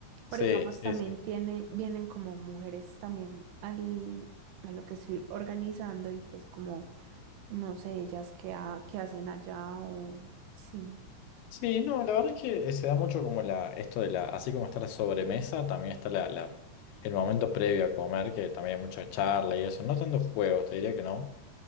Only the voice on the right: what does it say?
Pero
digamos
también
tiene, vienen como mujeres también al, a lo que estoy organizando y pues como no sé ellas qué, ha- qué hacen allá o sí.